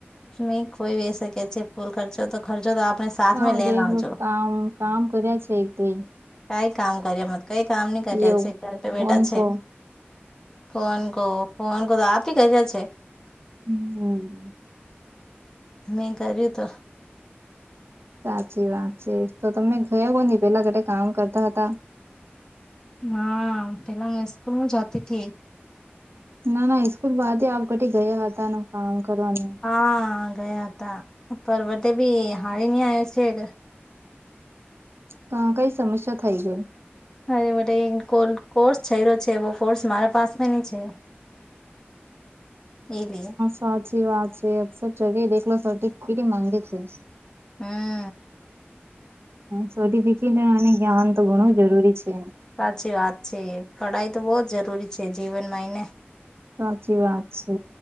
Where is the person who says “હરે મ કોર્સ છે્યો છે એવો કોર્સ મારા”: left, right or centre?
Left